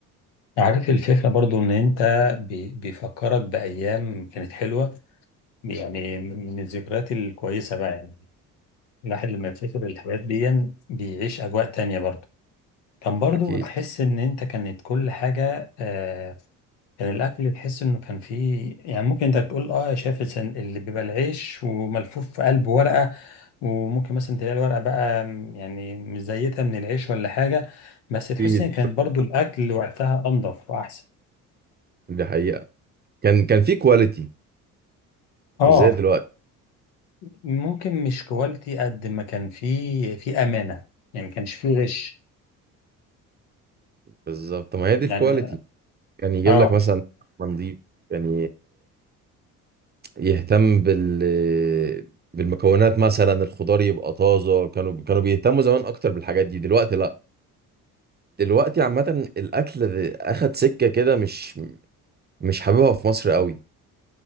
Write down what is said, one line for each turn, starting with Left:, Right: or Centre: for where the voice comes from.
Left: عارف الفكرة برضو ان انت بي- بيفكرك بأيام كانت حلوة يعني من الذكريات الكويسة بقى يعني الواحد لما يفتكر الحاجات دي بيعيش أجواء تانية برضه كان برضه
Right: اكيد
Left: تحس إن أنت كانت كل حاجة آه كان الأكل تحس إنه كان فيه يعني ممكن أنت بتقول أه شايف السن- اللي بيبقى العيش وملفوف في قلب ورقة وممكن مثلا تلاقي الورقة بقى م- يعني مزيتها من العيش ولا حاجة بس تحس
Right: اكيد
Left: إن كانت برضه الأكل وقتها أنضف وأحسن
Right: دي حقيقه كان كان في كواليتي
Left: أه
Right: مش زي دلوقتي
Left: ممكن مش كواليتي قد ما كان فيه في أمانة يعني ما كانش فيه غش
Right: بالظبط ما هي دي
Left: يعني
Right: الكواليتي كان يجيب
Left: أه
Right: لك مثلا نضيف يعني يهتم بال بالمكونات مثلا الخضار يبقى طازه كانوا كانوا بيهتموا زمان اكتر بالحاجات دي دلوقتي لا دلوقتي عامه الاكل اخد سكه كده مش مش حاببها في مصر قوي